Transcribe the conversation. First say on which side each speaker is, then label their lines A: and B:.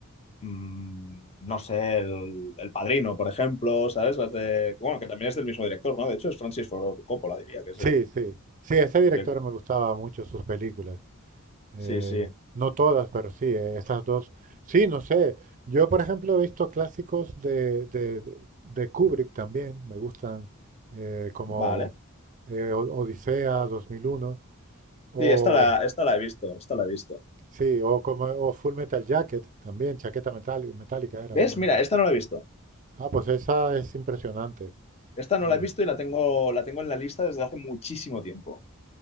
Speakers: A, on the left; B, on the right.
A: mm, no sé, el, el Padrino, por ejemplo, ¿sabes? Las de, bueno, que también es del mismo director, ¿no? De hecho, es Francis Ford Coppola, diría, que es
B: Sí,
A: el,
B: sí. Sí, ese director
A: el director.
B: me gustaba mucho sus películas. Eh,
A: Sí, sí,
B: no todas, pero sí, eh, esas dos. Sí, no sé. Yo, por ejemplo, he visto clásicos de, de- de- de Kubrick también. Me gustan eh, como
A: vale.
B: eh, O- Odisea dos mil uno o
A: Sí, esta la, esta la he visto, esta la he visto.
B: sí, o como o Full Metal Jacket también, chaqueta metal- metálica era,
A: ¿Ves?
B: ¿no? El
A: Mira,
B: nombre.
A: esta no la he visto.
B: Ah, pues esa es impresionante.
A: Esta no
B: Le-
A: la he visto y la tengo, la tengo en la lista desde hace muchísimo tiempo.